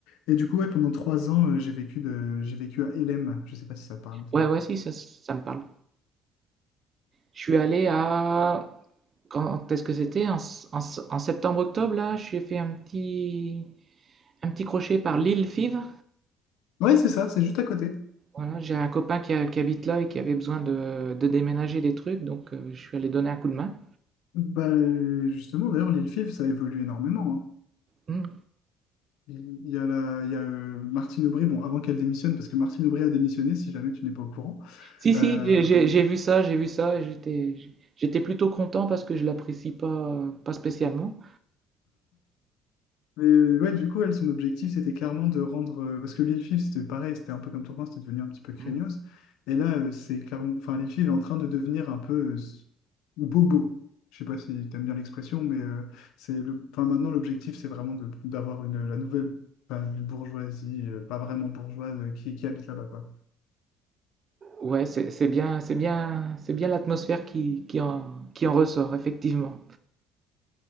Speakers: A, on the left; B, on the right.
A: Et du coup, ouais, pendant trois ans, euh, j'ai vécu, de, j'ai vécu à Hélène, je sais pas si ça te parle,
B: Ouais,
A: ça.
B: ouais, si, ça, ça me parle. Je suis allé à... Quand est-ce que c'était? En, s- en s- en septembre-octobre, là, j'ai fait un petit, un petit crochet par Lille Fives
A: Ouais, c'est ça, c'est juste à côté.
B: Voilà, j'ai un copain qui, a- qui habite là et qui avait besoin de, de déménager des trucs, donc euh, je suis allé donner un coup de main.
A: Bah, euh, justement, d'ailleurs, l'île FIV, ça évolue énormément. hein.
B: Hmm.
A: Il il y a, la, il y a euh, Martine Aubry, bon, avant qu'elle démissionne, parce que Martine Aubry a démissionné, si jamais tu n'es pas au courant.
B: Si, si,
A: Euh,
B: j'ai j'ai- j'ai vu ça, j'ai vu ça, j'étais j'étais plutôt content parce que je l'apprécie pas, pas spécialement.
A: Mais euh, ouais, du coup, elle, son objectif, c'était clairement de rendre. euh, parce que Lil Fif, c'était pareil, c'était un peu comme Tourcoing c'était devenu un petit peu craignos.
B: Hmm.
A: Et là, euh, c'est clairement. Enfin, Lil Fif est en train de devenir un peu euh, s- bobo. Je sais pas si t'aimes bien l'expression, mais euh, c'est le. Enfin, maintenant, l'objectif, c'est vraiment de- d'avoir une la nouvelle enfin, une bourgeoisie, euh, pas vraiment bourgeoise, euh, qui, qui habite là-bas, quoi.
B: Ouais, c'est c'est bien, c'est bien, c'est bien l'atmosphère qui, qui en, qui en ressort, effectivement.